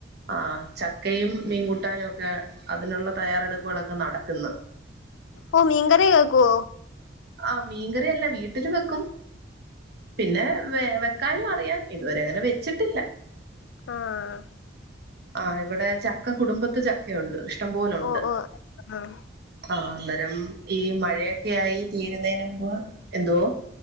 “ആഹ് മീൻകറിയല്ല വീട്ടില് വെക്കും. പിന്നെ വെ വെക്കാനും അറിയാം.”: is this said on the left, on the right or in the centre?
Right